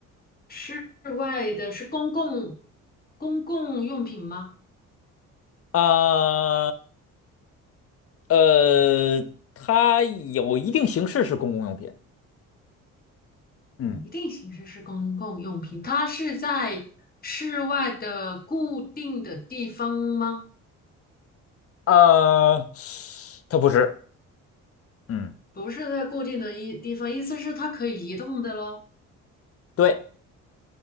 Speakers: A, on the left; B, on the left.
A: 室外的是公共公共用品吗？
B: 啊呃，它有一定形式是公共用品。嗯，
A: 一定形式是公共用品，它是在室外的固定的地方吗？
B: 呃，它不是。嗯，
A: 不是在固定的一地方，意思是它可以移动的咯，
B: 对